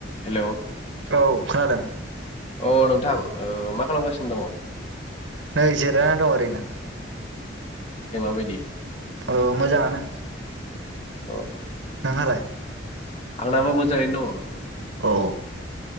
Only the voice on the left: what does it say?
हेलौ
अ नोंथां ओ मा खालामगासिनो दङ।
मा बायदि?
अ
आंनाबो मोजाङैनो दङ